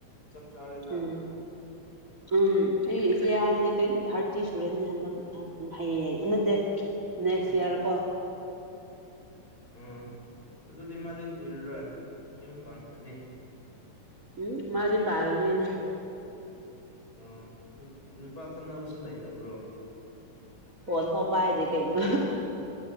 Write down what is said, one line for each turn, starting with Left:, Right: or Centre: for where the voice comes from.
Left: ꯆꯞ ꯆꯥꯔꯦ
Right: ꯎꯝ ꯎꯝ ꯑꯩ ꯏꯆꯦ ꯍꯥꯟꯗꯤ ꯇꫭꯏꯟ ꯊꯥꯔꯇꯤ ꯁꯨꯔꯅꯤ ꯍꯟꯗꯛ ꯍꯌꯦꯡ ꯅꯠꯇꯦ ꯅꯦꯠꯁ
Left: ꯎꯝ
Right: ꯏꯌꯥꯔ ꯀꯣ
Left: ꯎꯝ ꯑꯗꯨꯗꯤ ꯃꯥꯗꯤ ꯀꯨꯏꯔꯔꯣꯏ ꯌꯨꯝ ꯄꯥꯡꯈꯔꯅꯤ
Right: ꯎꯝ ꯃꯥꯗꯤ ꯄꯥꯜꯂ ꯂꫭꯏꯗ
Left: ꯑꯥ ꯅꯨꯄꯥ ꯈꯪꯅꯕꯁꯨ ꯂꯩꯇꯕ꯭ꯔꯣ ꯑꯃ
Right: ꯐꯣꯟ ꯐꯥꯎ ꯄꯥꯏꯗ‌ꯦ ꯀꯩꯅꯣ